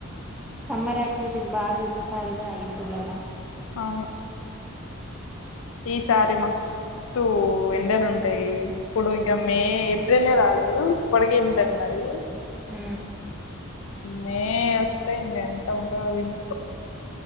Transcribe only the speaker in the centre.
సమ్మర్ అయి విటీస్ బా చూపిస్తారుగా యూట్యూబ్లల్ల
మ్మ్.
హు